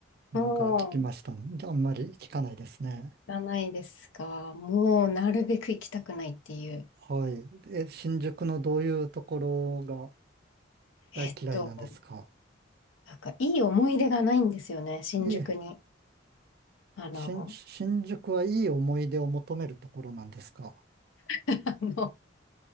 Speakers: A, on the right; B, on the left.
A: なんか聞きましたんで。
B: も行
A: あんまり聞かないですね。
B: かないですが、もうなるべく行きたくないっていう、
A: はい。え、新宿のどういうところが大嫌いなんですか
B: えっと、なんかいい思い出がないんですよね、新宿に。
A: いえ、
B: あの、
A: 新、新宿はいい思い出を求めるところなんですか
B: <laughs> あの、